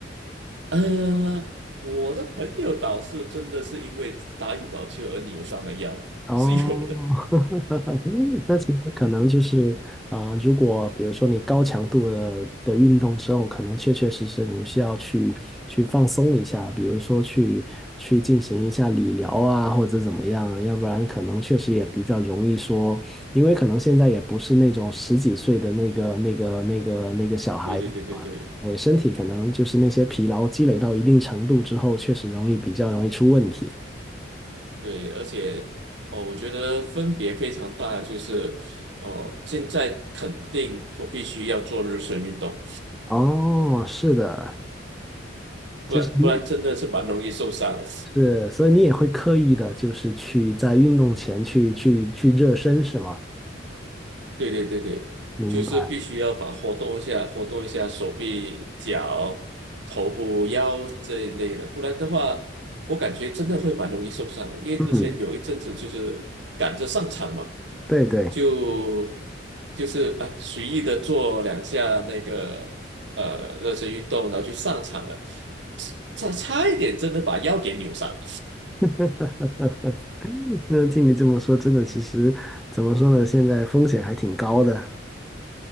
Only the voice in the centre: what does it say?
哦，
<laughs> 那其实可能就是，呃，如果比如说你高强度的的运动之后，可能确确实实你需要去去放松一下，比如说去去进行一下理疗啊，或者怎么样啊，要不然可能确实也比较容易说，因为可能现在也不是那种十几岁的那个那个那个那个小孩子嘛，
哎，身体可能就是那些疲劳积累到一定程度之后，确实容易比较容易出问题。
哦，是的。
就是你是，所以你也会刻意的，就是去在运动前去去去热身，是吗？
明白，
嗯，对对。
<laughs> 那听你这么说，真的，其实怎么说呢？现在风险还挺高的，